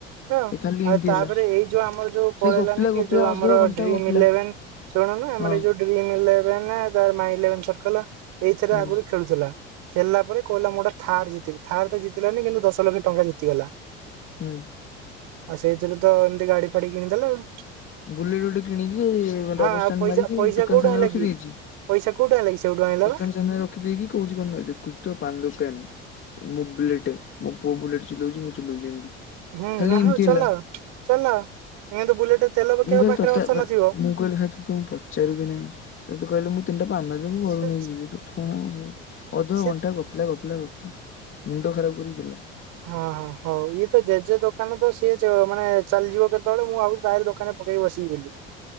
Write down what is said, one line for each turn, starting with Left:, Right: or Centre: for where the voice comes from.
Right: ହଁ
Left: ଏ ଖାଲି
Right: ଆଉ
Left: ଏମିତି
Right: ତାପରେ
Left: ହେଲା
Right: ଏଇ ଯୋଉ ଆମର ଯୋଉ
Left: ଭାଇ
Right: ପଳେଇଲାନି
Left: ଗପିଲା
Right: କି
Left: ଗପିଲା
Right: ଯଉ ଆମର
Left: ଅଧ ଘଣ୍ଟା
Right: ଡ୍ରିମ
Left: ଗପିଲା
Right: ଇଲେଭନ ଶୁଣୁନୁ ଆମର
Left: ହଁ
Right: ଯଉ ଇ <unintelligible> କଲ ଏଇଥିରେ
Left: ହୁଁ
Right: ଆଗରୁ ଖେଳୁଥିଲା ଖେଳିଲା ପରେ କହିଲା ମୁଁ ଗୋଟେ ଥାର୍ ଜିତିିବି, ଥାର ତ ଜିତିଲାନି କିନ୍ତୁ ଦଶ ଲକ୍ଷ ଟଙ୍କା ଜିତିଗଲା।
Left: ହୁଁ ଉଁ
Right: ଆଉ ସେଇଥିରୁ ତ ଏମିତି ଗାଡି ଫାଡି କିଣିଦେଲା ଆଉ
Left: ବୁଲେଟ ଗୋଟେ କିଣିକି
Right: ହଁ
Left: ଡବଲଷ୍ଟାଣ୍ଡ
Right: ଆଉ ପଇସା
Left: ମାରିକି
Right: ପଇସା
Left: ଦୋକାନ
Right: କୋଉଠୁ
Left: ସାମନାରେ
Right: ଆଣିଲା
Left: ରଖିଦେଇଛି।
Right: କି? ପଇସା କୋଉଠୁ ଆଣିଲା କି ସେଇଠୁ ଆଣିଲା ବା।
Left: ଦୋକାନ ସାମ୍ନାରେ ରଖିଦେଇକି କହୁଛି କଣ ନ ଦେଖୁଛି ତ ପାନ ଦୋକାନ। ମୋ ବୁଲେଟ ମୋ ପୁଅ ବୁଲେଟ ଚଲଉଛି, ମୁଁ ଚଲଉଛି ଏମିତି।
Right: ହୁଁ
Left: ଖାଲି
Right: ଆ
Left: ଏମିତି
Right: ଚଲ
Left: ହେଲା
Right: ଚଲ ଇ ତ ବୁଲେଟ ତେଲ ପକେଇବା
Left: ମୁଁ କହିଲ
Right: ପାଖରେ
Left: ତୋତେ
Right: ଅର୍ଥ
Left: ଏବେ
Right: ନଥିବ।
Left: ମୁଁ କହିଲ ତତେ ତ ପଚାରିବି ନାହିଁ ତତେ କହିଲେ ମୁଁ ପାନଦ ମୁଁ ଘରୁ
Right: ସେ
Left: ନେଇକି ଯିବି ତୁ କଣ ଭ ଅଧ
Right: ସେ
Left: ଘଣ୍ଟା ଗପିଲା ଗପିଲା ଗପିଲା ମୁଣ୍ଡ ଫଟୋ ଖରାପ କରିଥିଲା
Right: ହଁ ହଁ ହଉ ଇଏ ତ ଜେଜେ ଦୋକାନ ତ ସିଏ ମାନେ ଚାଲିଯିବ କେତେବେଳେ ମୁଁ ଭାବୁଛିି ତା ଦୋକାନ କ ବସି ବଲି